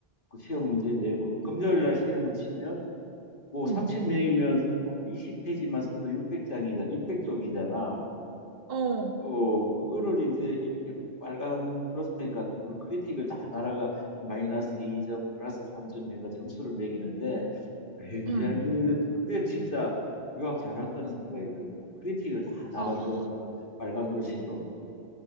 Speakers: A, on the left; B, on the right.
A: 그 시험 문제 내고 금요일 날 시험을 치면 뭐
B: 음,
A: 30명이면 한 20페이지만 써도 600장이자 600쪽이잖아.
B: 어,
A: 어 그거를 이제 이렇게 빨간 플러스펜 같은 거로 크리틱을 다 달아가 마이너스 2점 플러스 3점 해가 점수를 매기는데 굉장히
B: 음.
A: 이거- 그게 진짜 유학 잘 왔다는 생각이 들더라. 크리틱을 다 달아줘
B: 아,
A: 빨간 빨간 글씨로.